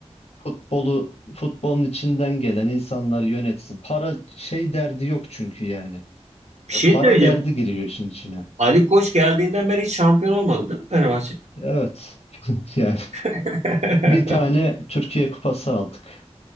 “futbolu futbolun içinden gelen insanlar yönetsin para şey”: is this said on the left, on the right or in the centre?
Left